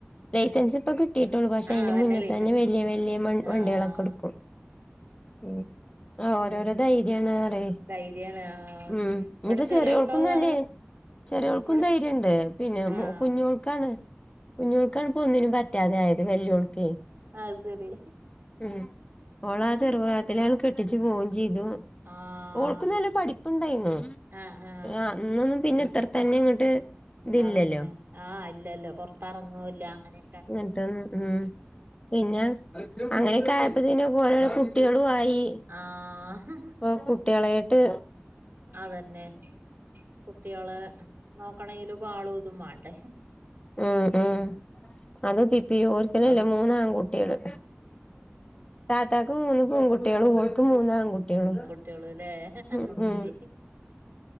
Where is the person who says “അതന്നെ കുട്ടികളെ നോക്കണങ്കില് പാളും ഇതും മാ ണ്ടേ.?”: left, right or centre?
Right